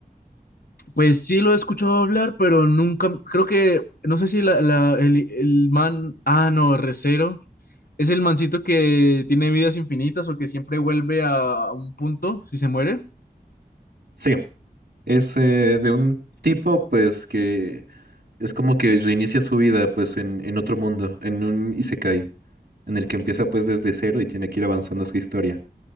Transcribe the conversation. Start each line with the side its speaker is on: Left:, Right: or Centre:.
Left: Pues sí lo he escuchado hablar, pero nunca, creo que, no sé si la, la- el, el man, ah no, Recero. Es el mancito que tiene vidas infinitas o que siempre vuelve a a un punto si se muere.
Right: Sí, es eh, de un tipo pues que es como que reinicia su vida pues en, en otro mundo, en un Isekai, en el que empieza pues desde cero y tiene que ir avanzando su historia.